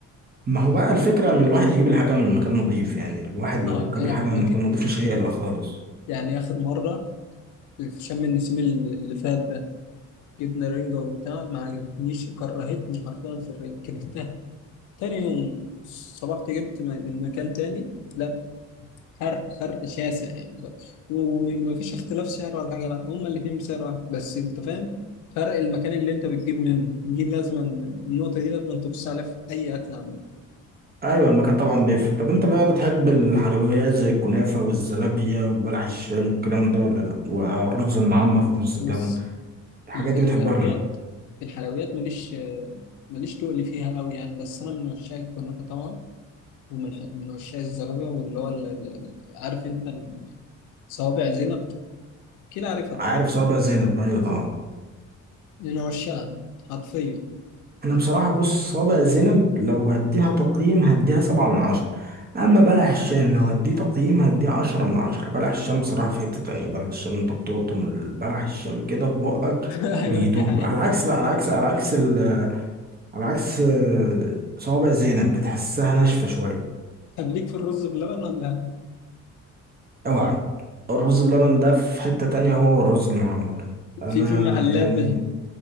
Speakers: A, on the right (about 30°); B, on the left (about 75°).
A: ما هو بقى الفكرة إن الواحد يجيب الحاجة من مكان نظيف يعني الواحد لو
B: أه
A: جاب
B: أنا
A: الحاجة من
B: مكان
A: مكان نظيف مش هيقلق خالص
B: يعني آخر مرة في شم النسيم اللي اللي فات ده جبنا رنجة وبتاع ما عجبتنيش كرهتني حرفيا في الرنجة كرهتها تاني يوم صبحت جبت م- من مكان تاني لا فرق فرق شاسع يعني ف- وم- ومفيش اختلاف سعر ولا حاجة لا هما الاتنين بسعر واحد بس انت فاهم فرق المكان اللي انت بتجيب منه دي لازما النقطة دي لازما تبص عليها في أي أكل عامة
A: أيوة المكان طبعا بيفرق طب أنت بقى بتحب الحلويات زي الكنافة والزلابية وبلح الشام والكلام ده ولا لأ والرز المعمر والرز
B: بص
A: بلبن الحاجات
B: في في
A: دي
B: الحلويات
A: بتحبها ولا لأ
B: في الحلويات ماليش ماليش تقل فيها قوي يعني بس أنا من عشاق الكنافة طبعا ومن من عشاق الزلابية واللي هو ال- ال- ال- عارف انت صوابع زينب كده عارفها
A: عارف صوابع زينب أيوة طبعا
B: من عشاقها حرفيا
A: انا بصراحة بص صابع زينب لو هديها تقييم هديها سبعة من عشرة اما بلح الشام لو هديه تقييم هديه عشرة من عشرة بلح الشام بصراحة في حتة تانية بلح الشام انت بتقطم ال- بلح الشام كده في بقك
B: <laughs> ايوه
A: بيدوب
B: انت حقيقة
A: على عكس بقى على عكس على عكس ال على عكس آه، صوابع زينب بتحسها ناشفة شوية
B: طب ليك في الرز باللبن ولا
A: اوعى الرز بلبن ده في حتة تانية هو الرز المعمر انا
B: في في محلات
A: يعني
B: بج...